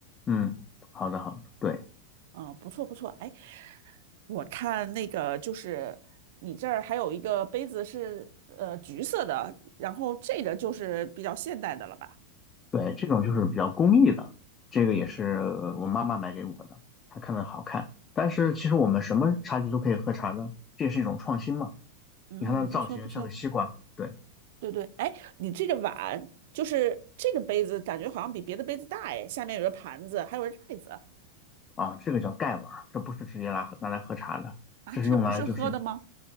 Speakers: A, on the left; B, on the right.
A: 嗯，好的好的，对
B: 啊，呃不错不错，哎，我看那个就是你这儿还有一个杯子是呃橘色的，然后这个就是比较现代的了吧？
A: 对，这种就是比较工艺的，这个也是呃我妈妈买给我的，她看着好看。但是其实我们什么茶具都可以喝茶的，这也是一种创新嘛。
B: 嗯，
A: 你看它的造型像个西瓜，
B: 不错不错，
A: 对。
B: 对对，哎，你这个碗就是这个杯子，感觉好像比别的杯子大哎，下面有个盘子，还有个盖子
A: 啊，这个叫盖碗儿，这不是直接拿喝拿来喝茶的，
B: 啊，
A: 这是用来就是
B: 这个不是喝的吗？